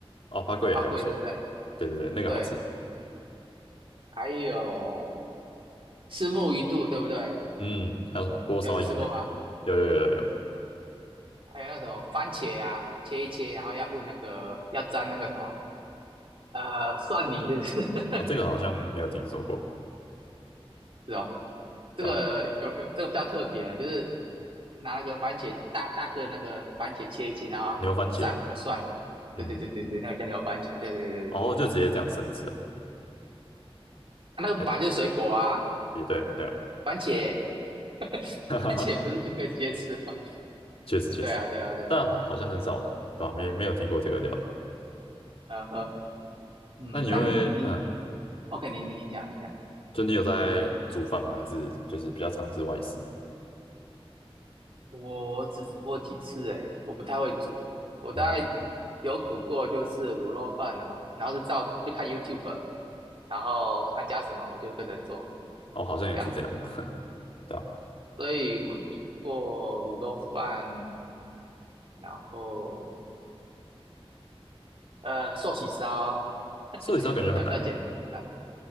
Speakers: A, on the left (about 70°); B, on the right (about 60°).
A: 哦，花贵也还不错，
B: 蛙贵对不对？
A: 对对对，那个好吃。
B: 对，还有虱目鱼肚对不对？
A: 嗯，还有什么锅烧意面？
B: 有吃过吗？
A: 有有有有有，
B: 还有那个什么番茄啊，切一切，然后要问那个要沾那个什么呃蒜泥，是不是？<laughs>
A: 哦，这个好像没有听说过。
B: 是哦，这个有有这个比较特别了，
A: 对啊
B: 就是拿那个番茄大大颗的那个番茄切一切，然后沾那个蒜，
A: 牛番茄啊，
B: 对对对对对，
A: 嗯，
B: 那个叫牛番茄，对对对对对，
A: 后就直接这样生吃哦，
B: 啊那个本来就是水果啊，
A: 还也对了对了，
B: 番茄 <laughs>
A: <laughs> 哈哈哈，
B: 番茄不是就可以直接吃吗？
A: 确实确实，
B: <laughs> 对啊对啊对啊
A: 但好像很少了，对吧？没没有听过这个料理。
B: 嗯哼嗯，
A: 那你会，
B: 那你你
A: 嗯，
B: OK，你你讲一讲，
A: 就你有在煮饭吗？
B: 你问，
A: 还是就是比较尝试外食？
B: 我只煮过几次诶，我不太会煮。我大概有煮过就是卤肉饭啊，
A: 嗯，
B: 然后是照就看 YouTube，然后他加什么我就跟着做
A: 哦，好像也是这样，
B: 这样子。
A: <laughs> 对吧？
B: 所以我做卤肉饭，然后呃寿喜烧，
A: 寿喜烧感觉很难诶，
B: 你这样比较简单。